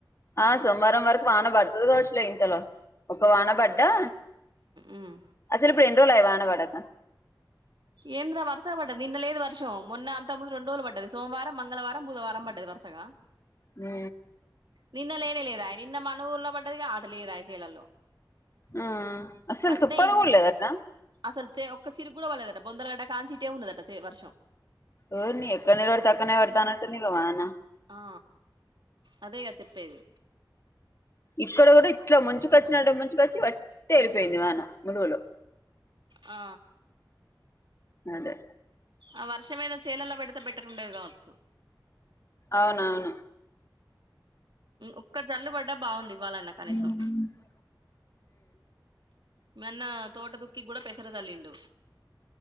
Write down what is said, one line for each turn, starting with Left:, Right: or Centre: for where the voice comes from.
Left: ఆ సోమవారం వరకు వాన పడుతుంది కావచ్చులే ఇంతలో ఒక వాన పడ్డా
Right: ఉమ్
Left: అసలు ఇప్పుడు రెం రోజులుయివాన వాడక
Right: ఏంద రా వర్షం పట్టది ఇన్న లేదు వర్షం మన్న అంత ముందు రెండోజు పడ్ారుదు సోమవారం మంగవారం బుధవారం పట్టదు వ సగా
Left: హ
Right: నిన్న లేని లేదా నిన్న మన ఊర్లో పడ్డది ఆట లేదా చీలల్లో
Left: ఆ అసలు
Right: అత్తే
Left: తుప్పరు
Right: ఈ
Left: కూడా లేదటనా
Right: అసలుచ ఒక చిరు కూడాడళ్లేదట బొందరగడ కాన్ిీటే ఉన్నదట వర్షం
Left: ఊరి నీ ఎక్కడ నిలవడితే అక్కనే ఎ పడతా అన్నట్టుంది కమానా
Right: ఆ అదేగా చెప్పేది
Left: ఇక్కడ కూడా ఇట్లా ముంచుకొచ్చినడ ముంచుకొచ్చి వట్ే వెళ్ళిపోయింది వాన గురుగులో
Right: ఆ
Left: అదే
Right: ఆ వర్షం మీదా చీలల్లో పెడితే బెట్టర్ ఉండేది కావచ్చు
Left: అవునవును
Right: ఒక్క జల్లు పడ్డా బాగుంంది ఇవ్వాలన్నా కనీసం
Left: ఉమ్
Right: మన్న తోట ద కి కూడా పెసర తల్లిండు